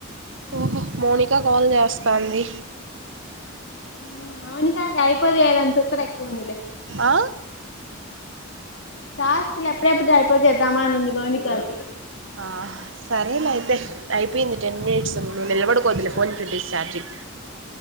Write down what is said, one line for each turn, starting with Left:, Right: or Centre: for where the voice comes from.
Right: ఓహో మౌనికా కాల్ చేస్తాంది
Left: మ్ మౌనిక కాయిపోజేయలని తుత్తర ఎక్కువుందిలే
Right: ఆ
Left: టాస్క్ లు ఎప్పుడే ఎప్పుడు అయిపోతాయి చేద్దామా అని ఉంది మౌనికాకి.
Right: ఆహ్ సరేలే అయితే అయిపోయింది టెన్ మినట్స్. నువ్వు నిలబడుకోవద్దులే ఫోన్ ది చార్జింగ్.